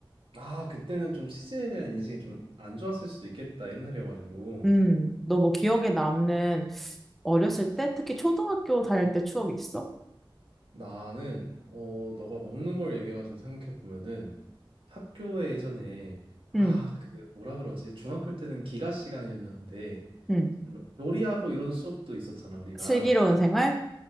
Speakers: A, on the right; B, in the centre.
A: 아 그때는 좀 치즈에 대한 인식이 좀 안 좋았을 수도 있겠다 옛날이어가지고.
B: 음, 너 뭐 기억에 남는 어렸을 때, 특히 초등학교 다닐 때 추억이 있어?
A: 나는 어 너가 먹는 걸 얘기해가지고 생각해 보면은 학교에 예전에 아
B: 응,
A: 그 뭐라 그러지 중학교 때는 기가 시간이었는데
B: 응.
A: 뭐 요리하고 이런 수업도 있었잖아 우리가
B: 슬기로운 생활?